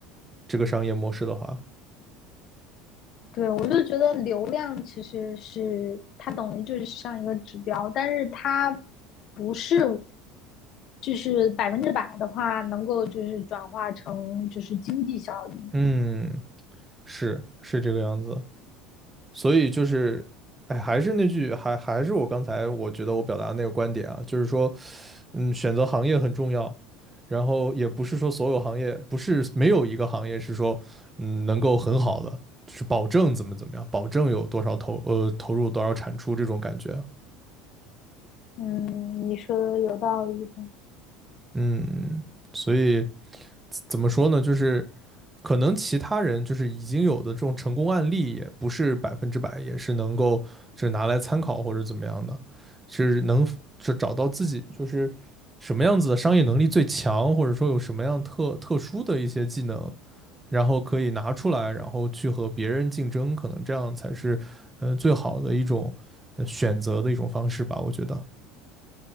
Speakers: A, on the right (about 20°); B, on the left (about 50°).
A: 这个商业模式的话，
B: 对，我就觉得流量其实是它等于就是像一个指标，但是它不是就是百分之百的话能够就是转化成就是经济效益。
A: 嗯，是是这个样子。所以就是，哎，还是那句，还还是我刚才我觉得我表达的那个观点啊，就是说嗯，选择行业很重要，然后也不是说所有行业，不是没有一个行业是说，嗯，能够很好的，就是保证怎么怎么样，保证有多少投呃投入多少产出这种感觉啊，
B: 嗯，你说的有道理的。
A: 嗯，所以怎么说呢？就是可能其他人就是已经有的这种成功案例，也不是百分之百，也是能够就是拿来参考或者怎么样的，是能就找到自己就是什么样子的商业能力最强，或者说有什么样特特殊的一些技能，然后可以拿出来，然后去和别人竞争，可能这样才是呃最好的一种呃选择的一种方式吧，我觉得。